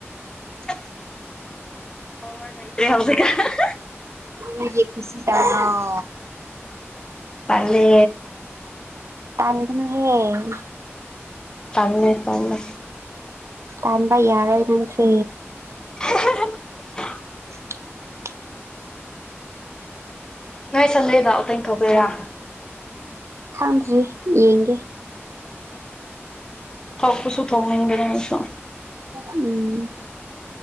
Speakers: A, on the left; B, on the right.
A: <unintelligible>
B: ꯅꯪꯒꯤ ꯈꯨꯁꯤ ꯇꯧꯔꯣ
A: ꯇꯥꯜꯂꯦ
B: ꯇꯥꯟꯒꯅꯨꯍꯦ
A: ꯇꯜꯂꯦ ꯇꯜꯂꯦ
B: ꯇꯥꯟꯕ ꯌꯥꯔꯣꯢ ꯅꯪꯁꯦ
A: <unintelligible>
B: <inaudible>
A: ꯅꯣꯏ ꯁꯟꯗꯦꯗ ꯑꯥꯎꯇꯤꯡ ꯇꯧꯗꯣꯢꯔꯥ
B: ꯈꯪꯗ꯭ꯔꯤ ꯌꯦꯡꯒꯦ
A: ꯊꯣꯛ ꯄꯁꯨ ꯊꯣꯛꯅꯤꯗꯦꯅꯦ ꯑꯩꯁꯨ
B: ꯎꯝ